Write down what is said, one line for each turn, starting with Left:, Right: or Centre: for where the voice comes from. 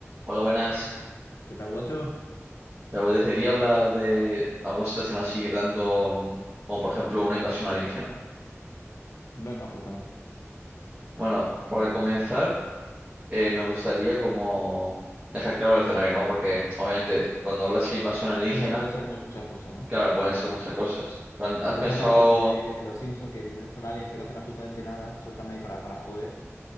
Right: Hola, buenas.
Left: ¿Qué tal, guacho?
Right: Te apetecería hablar de alguna situación así random, como por ejemplo una invasión alienígena.
Left: Venga, ¿por qué no?
Right: Bueno, para comenzar, eh, me gustaría como dejar claro el escenario, ¿no? Porque obviamente cuando hablas de invasión alienígena,
Left: Tiene, puede ser muchas cosas, ¿no?
Right: claro, pueden ser muchas cosas. Plan, ¿Has
Left: Te puedes
Right: pensado,
Left: imaginar como el de el- el los Simpsons, que literalmente son aliens que no hacen absolutamente nada, solo están ahí para, para joder.